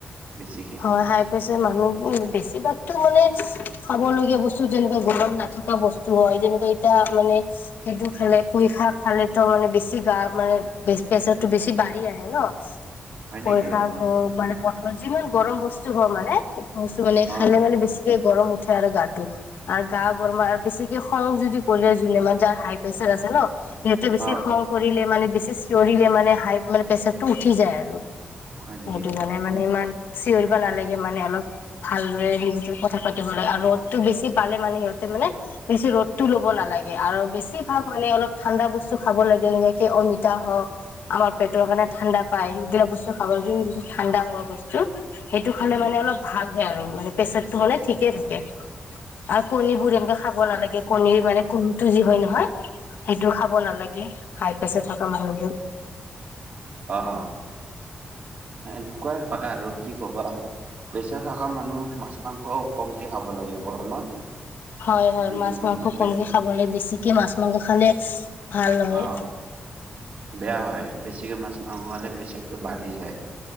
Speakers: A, on the right; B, on the left.
A: বেছিকে?
B: হয় হাই প্ৰেছাৰ মানুহ বেছিভাগতো মানে খাব লগীয়া বস্তু যেনেকুৱা গৰম নাথকা বস্তু হয়, যেনেকুৱা এতিয়া মানে, সেইটো খালে পুই শাক খালে ত' মানে বেছি গা মানে বেছ বেছত টো বেছি বাঢ়ি আহে ন?
A: হয়
B: পইচা
A: নেকি অ
B: হওক মানে ক যিমান গৰম বস্তু হয় মানে স্তু মানে
A: অ
B: খালে মানে বেছি কে গৰম উঠে আৰু গাটো, আৰু গা গৰমৰ আৰু বেছিকে খং যদি কৰিলে যোনে মানে যাৰ হাই প্ৰেচাৰ আছে ন, সিহঁতে বেছি
A: অ
B: খং কৰিলে মানে বেছি চিঞৰিলে মানে হাই মানে প্ৰেচাৰটো উঠি যায় আৰু।
A: হয় নেকি
B: সেইটো কাৰণে মানে ইমান চিঞৰিব নালাগ সিমানে অলপ ভালদৰে <unintelligible> যদি কথা পাতিব লাগে আৰু ৰ'দটো বেছি পালে মানে সিহতে মানে বেছি ৰ'দটো ল'ব নালাগে আৰু বেছিভাগ মানে অলপ ঠাণ্ডা বস্তু খাব লাগে যেনেকে অমিতা হওঁক, আমাৰ পেটৰ কাৰণে ঠাণ্ডা পায়, সেইগিলা বস্তু খাব লাগে যোন বোৰ ঠাণ্ডা হোৱা বস্তু <inaudible> সেইটো খালে
A: উম
B: মানে অলপ ভাল সেয়ে আৰু মানে প্ৰেছাৰটো হ'লে ঠিকেই থাকে। আৰু কণীবোৰ
A: অ
B: এনকে খাব নালাগে কণীৰ মানে কোহুমটো যি হয় নহয় সেইটো খাব নালাগে। হাইপেছাৰ থকা মানুহবোৰ
A: অ', এনেকুৱাই হয় আৰু কি কবা, প্ৰেচাৰ থকা মানুহক মাছ মাংস কমকে খাব লাগে, গৰমত
B: হয়, হয়,
A: উম
B: মাছ মাংস
A: আপে
B: কমকে খাব লাগে, বেছিকে মাছ মঙহ খালে ভাল নহয়।
A: অ বেয়া হয়, বেছি ছিকে মাছ মাংস খালে প্ৰেছাৰটো বাঢ়ি যায়।